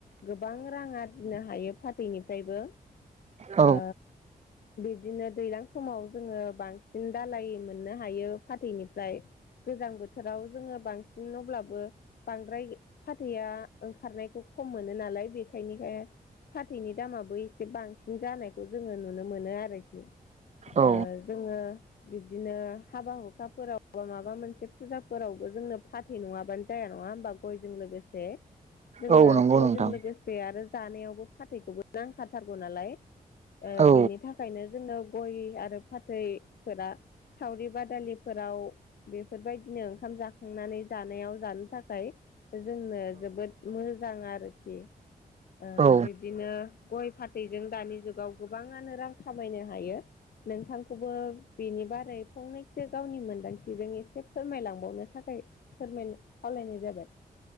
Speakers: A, on the left; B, on the right.
A: गोबां रां आरजिनो हायो फाथैनिफ्रायबो
B: औ
A: ओ बिदिनो दैज्लां समाव जोङो बांसिन दालाय मोननो हायो। फाथैनिफ्राय गोजां बोथोराव जोङो बांसिन अब्लाबो बांद्राय फाथैया ओंखारनायखौ खम मोनो नालाय बेखायनोखाय फाथैनि दामाबो एसे बांसिन जानायखौ जोङो नुनो मोनो आरोखि
B: औ
A: ओ जोङो बिब्दिनो हाबा हु खाफोराव बा माबा मोनसे फुजाफोरावबो जोंनो फाथै नङाबानो जाया नङा होमबा गयजों लोगोसे जोङो
B: औ नंगौ
A: गयजों
B: नोंथां
A: लोगोसे आरो जानायावबो फाथैखौबो नांखाथारगौ नालाय ओ
B: औ
A: बिनि थाखायनो जोनो गय आरो फाथैफोरा सावरि बादालि फोराव बेफोरबायदिनो ओंखाम जाखांनानै जानायाव जानो थाखाय जोंनो जोबोद मोजां आरोखि ओ
B: औ
A: बिब्दिनो गय फाथैजों दानि जुगाव गोबाङानो रां खामायनो हायो नोंथांखौबो बेनि बारै फंनैसो गावनि मोनदांथिजों एसे फोरमायलांबावनो थाखाय फोरमाय खावलायनाय जाबाय